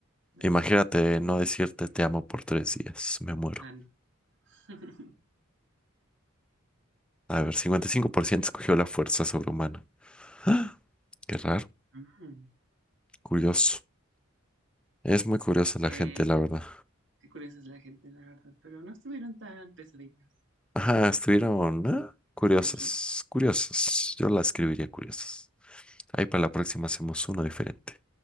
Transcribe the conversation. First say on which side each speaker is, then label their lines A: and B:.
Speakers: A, on the right (about 60°); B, in the centre.
A: la
B: Imagínate
A: segunda.
B: no decirte te amo por tres días, me muero.
A: Ah, no. <laughs>
B: A ver, 55% escogió la fuerza sobrehumana. ¡Ah! Qué raro,
A: Mm,
B: curioso. Es muy curiosa la
A: qué,
B: gente, la verdad.
A: qué curiosa es la gente, la verdad, pero no estuvieron tan pesaditas.
B: Ajá, estuvieron, ¿eh? Curiosas,
A: Tranquila.
B: curiosas. Yo la escribiría curiosas. Ahí para la próxima hacemos uno diferente.